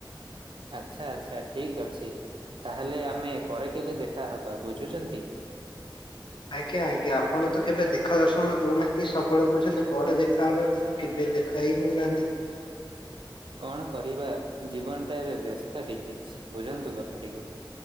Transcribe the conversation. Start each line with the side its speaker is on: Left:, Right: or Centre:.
Right: ଆଚ୍ଛା ଆଚ୍ଛା ଠିକ୍ ଅଛି ତାହେଲେ ଆମେ ପରେ କେବେ ଦେଖାହବା ବୁଝୁଛନ୍ତି।
Left: ଆଜ୍ଞା ଆଜ୍ଞା ଆପଣ ତ କେବେ ଦେଖା ଦର୍ଶନ ଦଉନାହାନ୍ତି ସବୁବେଳେ କହୁଛନ୍ତି ପରେ ଦେଖାହବା କି କେବେ ଦେଖା ହି କରୁନାହାନ୍ତି।
Right: <inaudible> କଣ କରିବା ଜୀବନ ଟା ଏବେ ବ୍ୟସ୍ତ ହେଇଯାଇଛି ବୁଝନ୍ତୁ କଥାଟିକୁ।